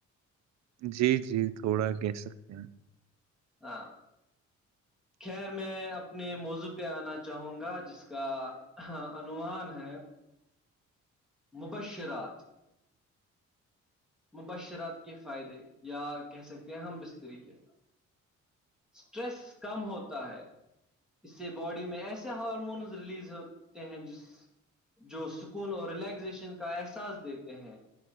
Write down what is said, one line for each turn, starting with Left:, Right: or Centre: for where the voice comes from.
Right: جی جی تھوڑا کہہ سکتے ہیں
Centre: ہاں
Right: جی
Centre: خیر میں اپنے موضوع پہ آنا چاہوں گا جس کا انوومان ہے مبشرات مبشرات کے فائدے یا کہہ سکتے ہیں ہم بستری کے فائد اسٹریس کم ہوتا ہے اس سے باڈی میں ایسے ہارمونز ریلیز ہوتے ہیں جس جو سکون اور ریلیکزیشن کا احساس دیتے ہیں